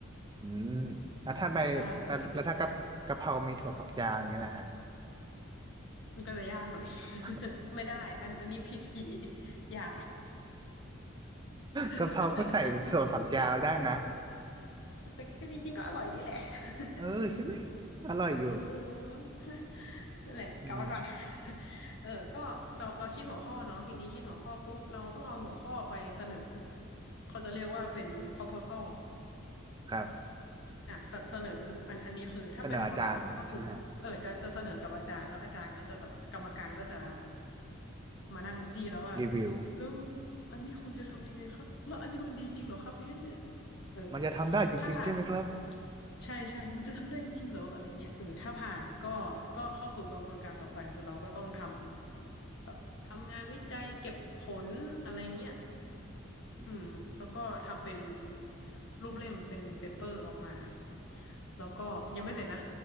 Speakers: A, on the right; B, on the left.
A: อืมแล้วถ้าใบแล้วแล้วถ้ากะกะเพรามีถั่วฝักยาวอย่างเงี้ยแหละฮะ
B: ใช่ มันก็จะยากหน่อย
A: <laughs>
B: <laughs> ไม่ได้อันอันนี้ผิดผีอย่า <laughs>
A: กะเพราก็ใส่ถั่วฝักยาวได้นะ
B: แต่ก็จริงๆก็อร่อยดีแหละ <laughs>
A: เออใช่ไหมอร่อยอยู่
B: เออนั่นแหละกลับมาก่อน
A: อืม
B: <laughs> เออก็เราเราคิดหัวข้อเนาะทีนี้คิดหัวข้อปุ๊บเราต้องเอาหัวข้อไปเสนอเขาจะเรียกว่าเป็น proposal
A: <laughs> ครับ
B: อ่ะเสเสนออันอันนี้คือถ้าเป็นมอเราอ่ะก็คือเออจะจะเสนอกับอาจารย์แล้วอาจารย์ก็จะแบบกรรมการก็จะ
A: เสนออาจารย์ใช่ไหมฮะ
B: มานั่งจี้แล้วว่า
A: รีวิว
B: แล้วอันนี้คุณจะทำยังไงครับแล้วอันนี้มันดีจริงเหรอครับเนี่ยเออ
A: มันจะทำได้จริงๆใช่ไหมครับ
B: ถ้าผ่าน ใช่ใช่มันจะทำได้จริงๆเหรออะไรเงี้ยเออถ้าผ่านก็ก็เข้าสู่กระบวนการต่อไปคือเราก็ต้องทำแบบทำงานวิจัยเก็บผลอะไรเงี้ย
A: อืม
B: อืมแล้วก็ทำเป็นรูปเล่มเป็นเปเปอร์ออกมา แล้วก็ยังไม่เสร็จนะ